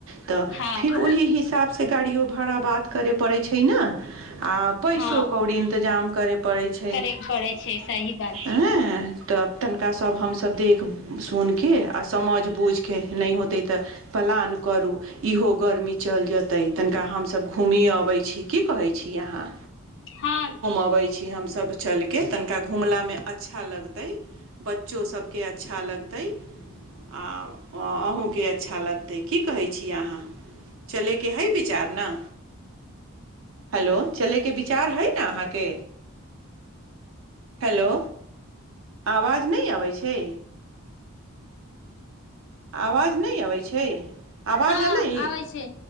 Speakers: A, on the right; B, on the left.
A: तऽ
B: हँ
A: फिर ओहि हिसाबसँ गाड़ियो भाड़ा बात करै पड़ै छै ने आ पैसो
B: हँ
A: कोड़ी जाम करै परै छै
B: करैके पड़ै छै सही बात छै
A: ऐ तनिकाभ हमसभ देख सुनके आ समझ बूझ के नइ होतै तऽ पलान करू इहो गर्मी चल जेतै तनिका हमसभ घुमियो अबै छी की कहै छी अहाँ
B: हँ
A: अबै हमसब चल के तनिका घुमला मे अच्छा लगतै बच्चो सबके अच्छा लगतै आ ओ आहूँ के अच्छा लगतै की कहै छियै आहाँ चलै के हइ बिचार न हलो चलै केऽ बिचार हइ हई न आहाँ के हेलो आवाज मह अबै छै आवाज नहि अबै छै आवाज
B: हँ
A: अएलै
B: आबै छै